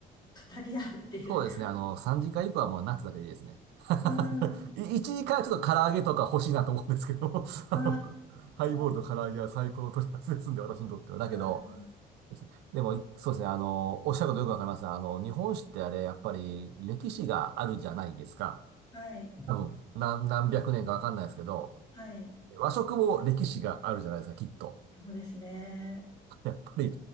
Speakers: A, on the left; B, on the right.
A: 語り合うっていうか。
B: そうですね。あの、3時間以降はもうナッツだけでいいですね。
A: <laughs> うん。
B: <laughs> い1時間はちょっと唐揚げとか欲しいなと思うんですけども、<laughs> あの
A: あ
B: ハイボールと唐揚げは最高の取り合わせですんで、
A: ー
B: 私にとっては。だけど、
A: あー、
B: でも、いそうですね。あの、おっしゃることよくわかりますね。あの、日本酒ってあれ、やっぱり歴史があるじゃないですか。
A: はい、
B: 多分、何、何百年かわかんないですけど、
A: はい、
B: 和食も歴史があるじゃないですか、きっと。
A: そうですね。
B: やっぱり、